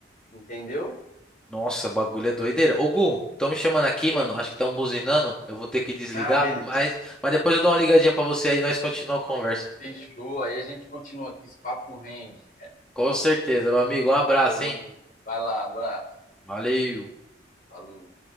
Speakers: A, on the left; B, in the centre.
A: entendeu?
B: Nossa, o bagulho é doideira. Ô, Gu, estão me chamando aqui,
A: Ui.
B: mano. Acho que estão buzinando. Eu vou ter que desligar,
A: Ah, beleza.
B: mas, mas depois eu dou uma ligadinha pra você aí e nós continuamos a conversa.
A: Fechou. Aí a gente continua aqui. Esse papo rende.
B: Com certeza, meu amigo. Um abraço,
A: Falou.
B: hein?
A: Vai lá, abraço.
B: Valeu.
A: Falou.